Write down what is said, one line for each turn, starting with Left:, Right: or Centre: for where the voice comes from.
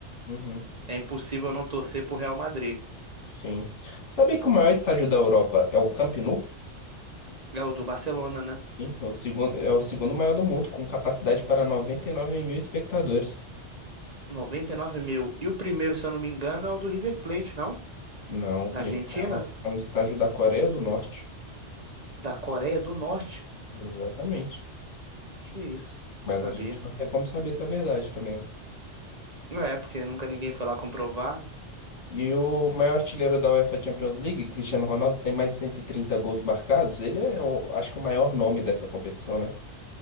Left: Uhum.
Right: é impossível eu não torcer pro Real Madrid.
Left: Sim. Sabia que o maior estádio da Europa é o Camp Nou?
Right: É o do Barcelona, né?
Left: Sim, é o segundo, é o segundo maior do mundo, com capacidade para 99 mil espectadores.
Right: 99 mil. E o primeiro, se eu não me engano, é o do River Plate, não?
Left: Não, o
Right: Da
Left: primeiro
Right: Argentina?
Left: é o, é o estádio da Coreia do Norte.
Right: Da Coreia do Norte?
Left: Exatamente.
Right: Que isso? Não
Left: Mas
Right: sabia.
Left: a gente não tem como saber se é verdade também, né?
Right: É, porque nunca ninguém foi lá comprovar.
Left: E o maior artilheiro da UEFA Champions League, Cristiano Ronaldo, tem mais de 130 gols marcados. Ele é, o- acho que, o maior nome dessa competição, né?